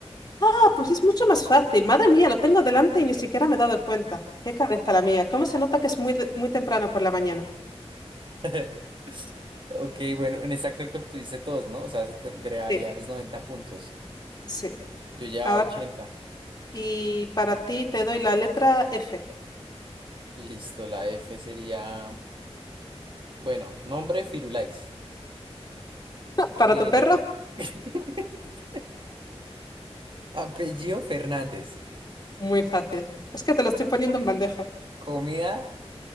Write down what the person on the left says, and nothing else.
Ah, pues es mucho más fácil. Madre mía, lo tengo delante y ni siquiera me he dado cuenta. Qué cabeza la mía. ¿Cómo se nota que es muy, de- muy temprano por la mañana?
Sí,
sí.
Ahora,
y para ti te doy la letra F.
¿Para
tu perro?
Muy fácil. Es que te lo estoy poniendo en bandeja.